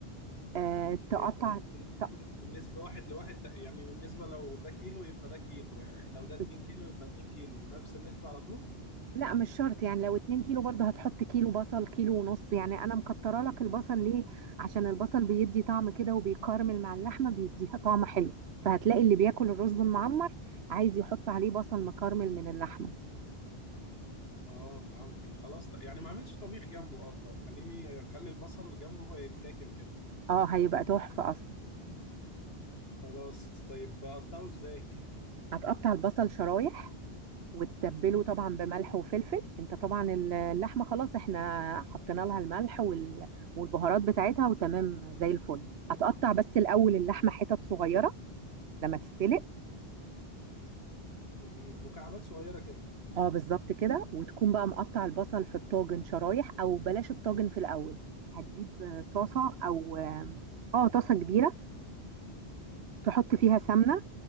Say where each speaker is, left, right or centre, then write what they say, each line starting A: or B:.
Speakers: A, on the right (about 75°); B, on the left (about 65°).
A: آه تقطع
B: إيه،
A: ت-
B: النسبة واحد لواحد تق- يعني بالنسبة لو ده كيلو يبقى ده كيلو يعني لو ده 2
A: بس-
B: كيلو يبقى 2 كيلو نفس النسبة على طول
A: لا مش شرط يعني لو اتنين كيلو برضه هتحط كيلو بصل كيلو ونص يعني انا مكتره لك البصل ليه عشان البصل بيدي طعم كده وبيكرمل مع اللحمه بيديها طعم حلو فهتلاقي اللي بياكل الرز المعمر عايز يحط عليه بصل مكرمل من اللحمه
B: اه فهمتك خلاص ط- يعني ما اعملش طبيخ جنبه افضل خليني اخلي البصل جنبه هو يتاكل كده
A: اه هيبقى تحفه اصلا
B: خلاص طيب اقطعه ازاي
A: هتقطع البصل شرايح وتتبله طبعا
B: جميل
A: بملح وفلفل انت طبعا اللحمه خلاص احنا حطينا لها الملح وال- والبهارات بتاعتها وتمام زي الفل هتقطع بس الاول اللحمه حتت صغيره لما تتسلق
B: جميل مكعبات صغيرة كده
A: اه بالظبط كده وتكون بقى مقطع البصل في الطاجن شرايح او بلاش الطاجن في الاول هتجيب طاسه او اه طاسه كبيره تحط فيها سمنه